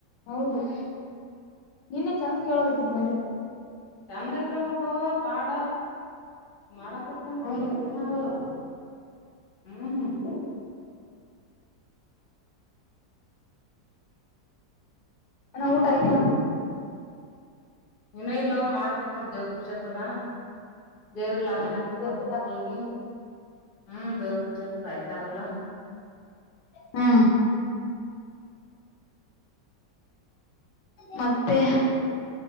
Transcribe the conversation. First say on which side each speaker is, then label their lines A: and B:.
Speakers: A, on the left; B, on the left.
A: ಹೌದು <inaudible> ನೀನ್ನೇ ಚಂದ ಕೇಳೋಗತ್ತಿ ಬಂದಿತ್ತು.
B: ಚಂದಕ್ ಕಳ್ಬೇಕು ಪಾಡ ಮಾಡಕತ್ತ್ ಅಂದ್ರ
A: ಹೌದು
B: ಏನ್ ಇದನ್ ಆಗದಲ್ಲ. ಹಾ ಹಾ <inaudible>
A: ಇನ್ನಾಊಟ ಆಗಿಲ್ಲ.
B: ಇನೋ ಇಲ್ ಮಾಡ್ಬೇಕ್ ನೋಡ ದೇವ್ರ ಪೂಜೆತದ ದೇವ ಲಾಭನಹಾಕಂಬ್
A: ಜರ್ತಿ
B: ಬರ್ಬೇಕ ಹೋಗಿ. ಹ್ಮ್, ದೇರ್ ಪೂಜೆ ಹಾತದ ಆಯ್ತಾರಲ್ಲಾ.
A: ಹ್ಮ್, ಮತ್ತೆ,